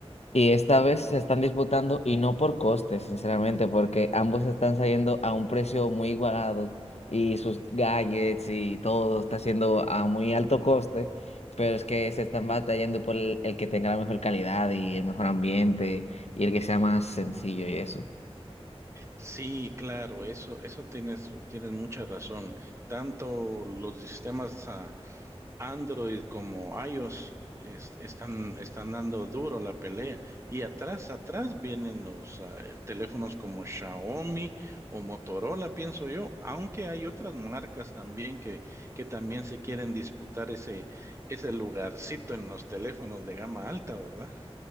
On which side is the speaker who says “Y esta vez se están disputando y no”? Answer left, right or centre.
Left